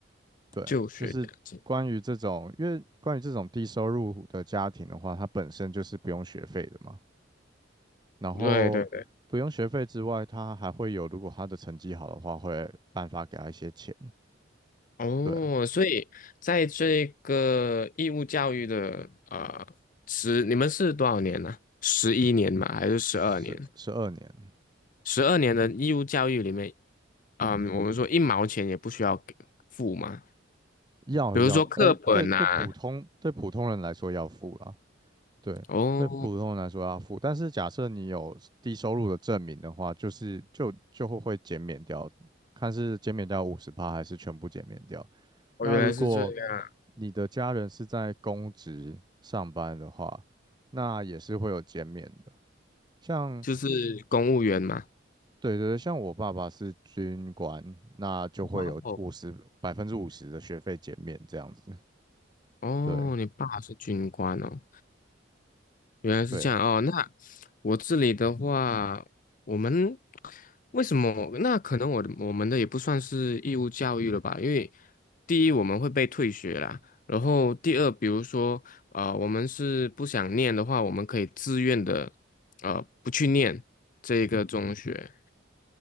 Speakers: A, on the right; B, on the left.
A: 对，
B: 就学奖金。
A: 就是关于这种，因为关于这种低收入户的家庭的话，它本身就是不用学费的嘛，
B: <laughs>
A: 然后不用学费之外，
B: 对对对，
A: 他还会有，如果他的成绩好的话，会颁发给他一些钱。
B: 哦，
A: 对啊
B: 所以在这个义务教育的呃十，你们是多少年呢、十一年嘛，还是十二年？
A: 十十二年
B: 十二年的义务教育里面，嗯，我们说一毛钱也不需要给付嘛，
A: 要要，
B: 比如说课本呐、
A: 哎，对对，普通对普通人来说要付啦，对对，
B: 哦，
A: 普通人来说要付。但是假设你有低收入的证明的话，就是就就会会减免掉，看是减免掉五十趴还是全部减免掉。
B: 哦，
A: 那如果
B: 原来是这样，
A: 你的家人是在公职上班的话，那也是会有减免的。像
B: 就是公务员嘛。
A: 对对对，像我爸爸是军官，那就会有五十百分之五十的学费减免这样子。
B: 哇哦，哦，
A: 对
B: 你爸是军官哦，原来是这样哦，
A: 对，
B: 那我这里的话，我们为什么？那可能我的我们的也不算是义务教育了吧？因为第一我们会被退学啦，然后第二，比如说啊、呃我们是不想念的话，我们可以自愿的呃不去念这个中学。